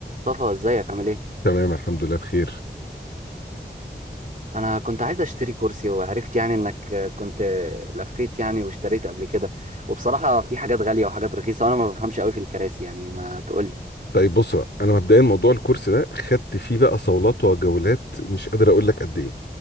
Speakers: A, on the right (about 45°); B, on the left (about 70°).
A: مصطفى ازيك عامل ايه
B: تمام الحمد لله بخير
A: انا كنت عايز اشتري كرسي وعرفت يعني انك كنت لفيت يعني واشتريت قبل كده وبصراحة في حاجات غالية وحاجات رخيصة وانا ما بفهمش قوي في الكراسي يعني ما تقولي
B: طيب بص بقى انا مبدئيا موضوع الكورس ده خدت فيه بقى صولات وجولات مش قادر اقول لك قد ايه